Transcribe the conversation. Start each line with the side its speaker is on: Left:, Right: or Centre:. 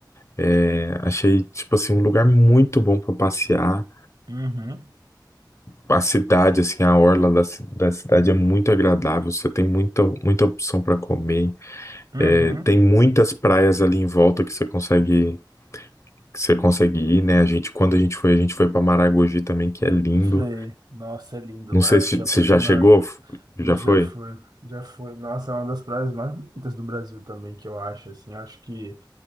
Left: é, achei, tipo assim, um lugar muito bom para passear.
Right: Uhum.
Left: A cidade, assim, a orla da, ci- da cidade é muito agradável. Você tem muita, muita opção para comer.
Right: Uhum.
Left: É, tem muitas praias ali em volta que você consegue, que você consegue ir, né? A gente, quando a gente foi, a gente foi para Maragogi também, que é lindo.
Right: Sei. Nossa, é lindo
Left: Não
Right: lá.
Left: sei
Right: Fiquei
Left: se você
Right: apaixonado.
Left: já chegou, F- já
Right: Já
Left: foi?
Right: foi. Já foi. Nossa, é uma das praias mais bonitas do Brasil também, que eu acho, assim. Acho que